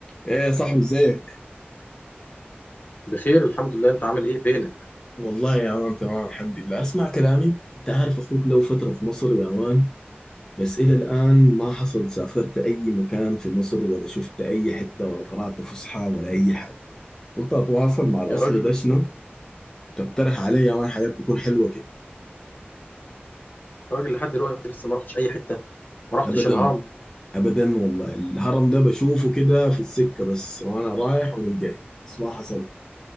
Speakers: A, on the left (about 15°); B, on the left (about 45°).
A: ايه يا صاحبي ازيك؟
B: بخير الحمد لله انت عامل ايه فينك
A: والله يا مان تمام الحمد لله اسمع كلامي انت عارف اخوك له فترة في مصر يا مان بس الى الان ما حصل سافرت اي مكان في مصر ولا شفت اي حتة ولا طلعت فسحة ولا اي حاجة قلت اتواصل مع الاصل
B: يا راجل
A: ده
B: ليه
A: شنو
B: كده؟
A: تقترح علي يا مان حاجات تكون حلوة كده
B: يا راجل لحد دلوقتي لسه ما رحتش اي حته ما رحتش
A: ابدا
B: الهرم
A: ابدا والله الهرم ده بشوفه كده في السكة بس وانا رايح وانا جاي بس ما حصل